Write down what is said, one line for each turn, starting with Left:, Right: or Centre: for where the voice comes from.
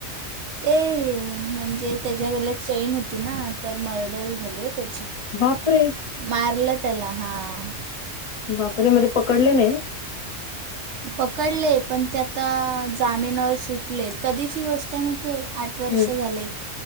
Right: ते म्हणजे त्याच्या गल्यात चैन होती ना, तर मर्डर झाली ओ त्याची.
Left: बापरे!
Right: मारलं त्याला हां.
Left: बापरे म ते पकडले नाही.
Right: पकडले, पण ते आता जामिनावर सुटलेत, कधीची गोष्ट आहे माहित आहे, आठ वर्ष
Left: हम्
Right: झाले.